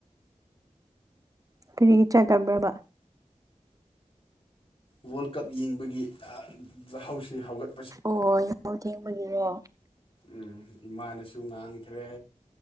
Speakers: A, on the right; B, on the left.
A: ꯀꯔꯤꯒꯤ ꯆꯠꯇꯕ꯭ꯔꯥꯕ
B: ꯋꯥꯔꯜ ꯀꯞ ꯌꯦꯡꯕꯒꯤ ꯌꯥꯍꯥꯎꯁꯤ ꯍꯧꯒꯠ
A: ꯑꯣ ꯌꯥꯍꯧ ꯊꯦꯡꯕꯒꯤꯔꯣ
B: ꯎꯝ ꯏꯃꯥꯅꯁꯨ ꯉꯥꯡꯈ꯭ꯔꯦ